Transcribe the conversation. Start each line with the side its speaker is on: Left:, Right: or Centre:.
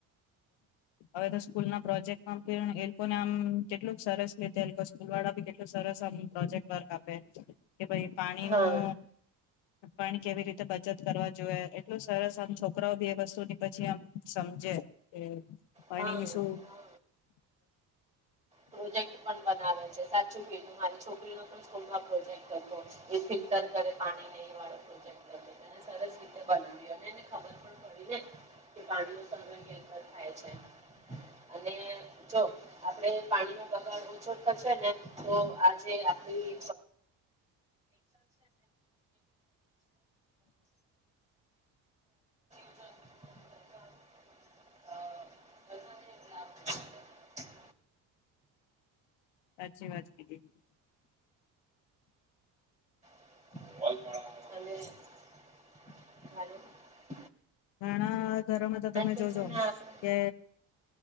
Left: હવે તો સ્કૂલના પ્રોજેક્ટમાં એ લોકોને આમ કેટલુંક સરસ રીતે લોકો સ્કૂલ વાળાી કેટલું સરસ આ પ્રોજેક્ટ વર્ક આપે કે ભાઈ પાણી
Right: હા
Left: નું પાણી કેવી રીતે બચત કરવા જોએ એટલું સરસ આમ છો બે વસ્તુ ની પછી આમ સમજે એ પાણીની
Right: હા હા
Left: શું
Right: પ્રોજેક્ટ પણ બનાવે છે સાચું કીધું મારી છોકરીનો પણ સ્કૂલમાં પ્રોજેક્ટ હતો એ ફિલ્ટર કરે પાણી ન વાળો પ્રોજેક્ટ હતો તેને સરસ રીતે બનાવ્યો અને એને ખબર પણ પડી ને કે પાણી ન કદર કેમ થાય છે અને જો આપડે પાણી ન બગાડ ઓછો થશેને તો આ જે આપડી <unintelligible> અ પસ <unintelligible>
Left: સાચી વાત કીધી
Right: હ હલો
Left: ઘણા ઘરોમાં તો તમે
Right: કે
Left: જોજો
Right: છે ને આપણે
Left: કે